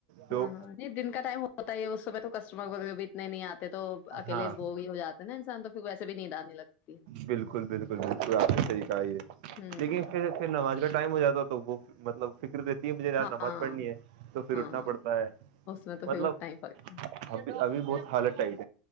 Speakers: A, on the right; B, on the left.
A: جو
B: ہاں ہاں نہیں دن کا ٹائم ہوتا ہی ہے اس سمے تو کسٹمر وغیرہ بھی اتنے نہیں آتے تو اکیلے
A: ہاں
B: بور ہی ہو جاتے نا انسان تو پھر ویسے بھی نیند آنے لگتی
A: بالکل بالکل بالکل آپ نے صحیح کہئی ہے
B: ہوں
A: لیکن پھر پھر نماز گڑھ ٹائم ہو جاتا تو وہ مطلب فکس تین بجھے یار
B: ہاں
A: نماز پڑھنی ہے تو پھر
B: ہاں
A: اٹھنا پڑتا ہے
B: اس میں تو
A: مطلب
B: پھر اٹھنا ہی پڑتا ہے
A: اب ابھی بہت حالت ٹئی